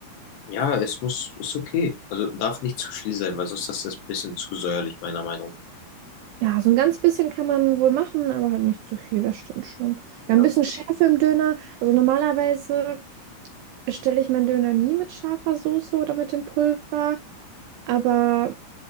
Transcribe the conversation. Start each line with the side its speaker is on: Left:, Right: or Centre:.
Left: Ja, es muss, ist okay. Also darf nicht zu viel sein, weil sonst ist das ein bisschen zu säuerlich, meiner Meinung.
Right: Ja, so ein ganz bisschen kann man wohl machen, aber halt nicht zu viel, das stimmt schon.
Left: Ja,
Right: Ja, ein bisschen Schärfe im Döner. Also normalerweise bestelle ich meinen Döner nie mit scharfer Soße oder mit dem Pulver. Aber